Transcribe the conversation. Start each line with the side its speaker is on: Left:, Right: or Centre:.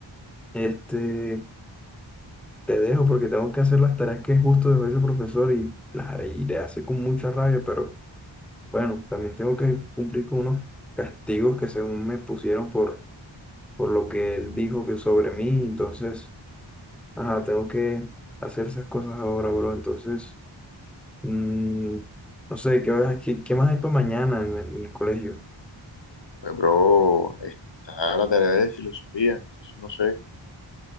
Centre: este, te dejo porque tengo que hacer las tareas que justo dejó ese profesor y las haré y le hace con mucha rabia, pero bueno, también tengo que cumplir con unos castigos que según me pusieron por, por lo que él dijo que sobre mí, entonces. Ajá, tengo que hacer esas cosas ahora, bro. Entonces, mm, no sé, ¿qué, horas- qué, qué más hay para mañana en el, en el colegio?
Left: Pues, bro, está la tarea de filosofía, entonces no sé,